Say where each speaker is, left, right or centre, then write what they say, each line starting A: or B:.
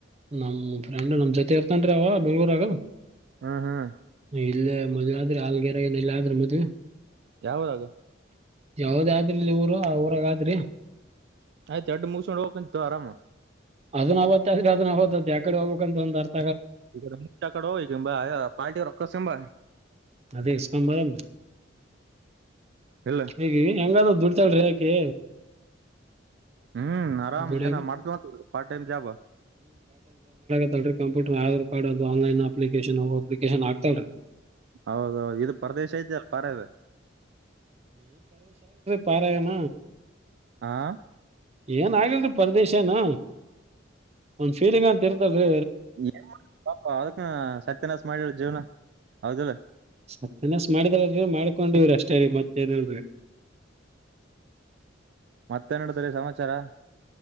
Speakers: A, on the right; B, on the right.
A: ನಮ್ ಫ್ರೆಂಡ್ ನಮ್ ಜೊತೆ ಇರ್ತನ್ ರಿ ಅವ ಬೆಂಗ್ಳೂರಗ
B: ಹಾಂ ಹಾಂ.
A: ಇಲ್ಲ ಮದ್ವೆ ಆದ್ರೆ ಹಲ್ಗರ ಏನ ಇಲ್ಲ ಆದ್ರೆ ಮದ್ವೆ
B: ಯಾವ್ ಊರಾಗ
A: ಯಾವದೇ ಆದ್ರ ಇಲ್ಲಿ ಊರು ಆ ಊರಾಗ ಆದ್ರಿ..
B: ಆಯ್ತು ಅಡ್ಡು ಮುಗಿಸಸಕೊಂಡು ಹೋಗ್ಂತ್ತು ಆರಾಮು
A: ಅದ ನತ್ತಾದ್ರೆ ಅದ ನಾ ಹದ್ದತ್ ಯಕಡೆ ಹೋಗಬೇಕ ಅಂತ ಒಂದ <unintelligible>
B: <unintelligible> ಪಾರ್ಟಿ ರೊಕ್ಕಸಂಬ.
A: ಅದೇ ಇಸ್ಕಾಮ ಬರ <unintelligible>
B: ಇಲ್ಲ
A: ಹೇಗೆ ಹೆಂಗಾದ ದುಡ್ತಾಳ್ರೀ ಯಾಕೆ
B: ಹ್ಮ್ ಆರಾಮ್
A: ದುಡಿಯಾಗ
B: ಏನ ಮಾಡ್ತ. ಪಾರ್ಟ್ ಟೈಮ್ ಜಾಬ್
A: ಅೀ <unintelligible> ಕಂಪೂರ್ ಆಧಾರ್ ಅದು ಆನ್ಲೈನ್ ಅಪ್ಲಿಕೇಶನ್ ಅಪ್ಲಿಕೇಶನ್ ಆಗ್ತಾನ್ ರಿ
B: ಹೌದೌದು ಇದು ಪರದೇಶ ಇದ್ದ ಅಲ್ಲ ಪಾರ ಇದೆ
A: ಪಾರಣ
B: ಅಂ
A: ಏನ ಆಗಲ್ರಿ ಪರದೇಶನ ಒಂದ್ ಫೀಲಿಂಗ್ ಅಂತ ಇರ್ತಲ್ರರಿ
B: ಏನ್ ಪಾಪಾ ಅದಕ್ಕ ಸತ್ಯನಾಶ ಮಾಡಿ ಜೀವನ ಹೌದಿಲ್ಲ
A: ಸತ್ತನಸ್ ಮಾಡಿದ್ರಲ್ರಿ ಮಾಡ್ಕೊಂಡಿವವ್ರಿ ಅಷ್ಟೇ ಮತ್ತ ಏನಲ್ರಿ
B: ಮತ್ತೆ ನಡ್ರಿ ಸಮಾಚಾರ